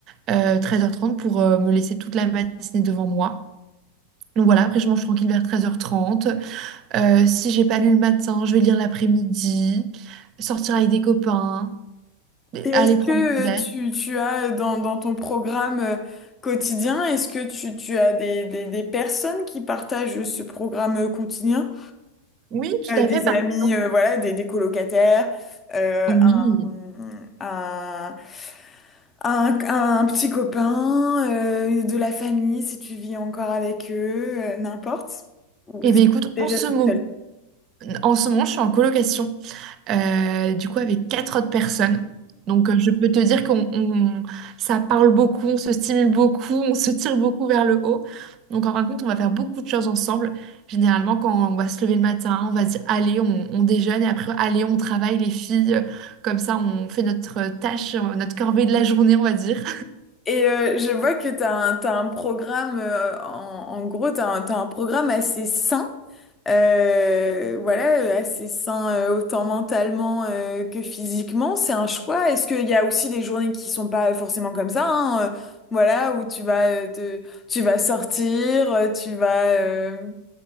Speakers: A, on the right; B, on the left.
A: 13h30 pour euh, me laisser toute la matinée devant moi. Donc voilà, après je mange tranquille vers treize heures trente. Euh, si j'ai pas lu le matin, je vais lire l'après-midi, sortir avec des copains,
B: Et est-ce
A: aller prendre
B: que
A: un verre.
B: euh, tu, tu as euh, dans, dans ton programme euh, quotidien, est-ce que tu, tu as des, des, des personnes qui partagent euh, ce programme euh, quotidien?
A: Oui, tout
B: Euh,
A: à
B: des
A: fait, par
B: amis,
A: exemple.
B: euh, voilà, des, des colocataires, euh,
A: Oui.
B: un, un, un, un petit copain, euh, de la famille, si tu vis encore avec eux, euh, n'importe. Ou
A: Eh
B: si
A: bien
B: tu
A: écoute,
B: es
A: en
B: déjà
A: ce
B: toute
A: moment,
B: seule.
A: en ce moment, je suis en colocation. euh, du coup avec quatre autres personnes. Donc euh, je peux te dire qu'on on- ça parle beaucoup, on se stimule beaucoup, on se tire beaucoup vers le haut. Donc en fin de compte, on va faire beaucoup de choses ensemble. Généralement, quand on va se lever le matin, on va se dire allez, on, on déjeune et après allez, on travaille les filles. Comme ça, on fait notre tâche, euh, notre corvée de la journée, on va dire.
B: Et euh, je vois que tu as un, t'as un programme, euh, en, en gros, tu as, un t'as un programme assez sain, euh, voilà, euh, assez sain euh, autant mentalement euh, que physiquement. C'est un choix. Est-ce qu'il y a aussi des journées qui sont pas forcément comme ça, hein, euh, voilà, où tu vas, euh, te, tu vas sortir, euh, tu vas... euh,